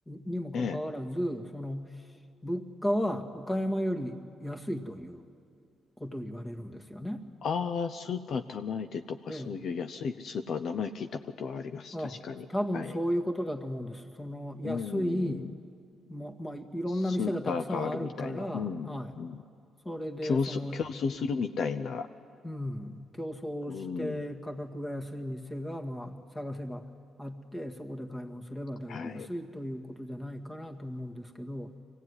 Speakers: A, on the left (about 15°); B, on the left (about 60°).
A: にもかかわらず、
B: ええ。
A: その物価は岡山より安いということを言われるんですよね。
B: ああ、スーパー玉出でとか、
A: で、
B: そういう安いスーパー、名前聞いたことはあります。
A: あ、
B: 確かに。
A: 多分そういうことだと思うんです。
B: はい。
A: その安い、
B: うん。
A: も、まあ、いろんな店がたくさんあるから、
B: スーパーがあるみたいな。
A: はい。
B: うん。うん
A: それでその
B: 競争、競争するみたいな。
A: うん、競争して価格が安い店がまあ探せばあってそこで買い物すればだいぶ安いということじゃないかなと思うんですけど、
B: うん。はい。